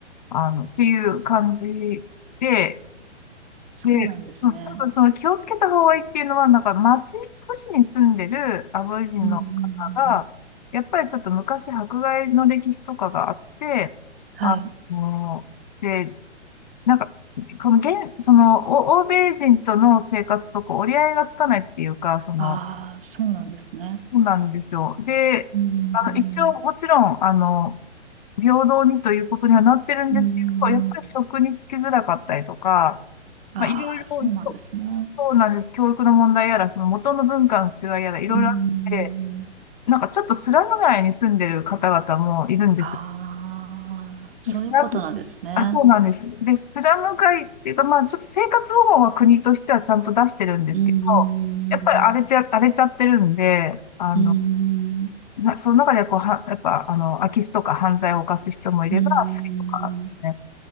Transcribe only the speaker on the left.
あの、っていう感じで、
で、そう、多分その気をつけた方がいいっていうのは、なんか町、都市に住んでるアボリジンの方が、
やっぱりちょっと昔迫害の歴史とかがあって、
あの、で、なんか、この現、その、お欧米人との生活とこう折り合いがつかないっていうか、その、
そうなんですよ。で、
あの、一応もちろん、あの、平等にということにはなってるんですけど、
やっぱり職に就きづらかったりとか、
まあ、いろいろ
そうなんです。教育の問題やら、その元の文化の違いやら、いろいろあって、
なんかちょっとスラム街に住んでる方々もいるんです。
スラム、あ、そうなんです。で、スラム街っていうか、まあちょっと生活保護は国としてはちゃんと出してるんですけど、
やっぱり荒れて、荒れちゃってるんで、あの、
な、その中でこう、は、やっぱ、あの、空き巣とか犯罪を犯す人もいれば、
スリとかですね。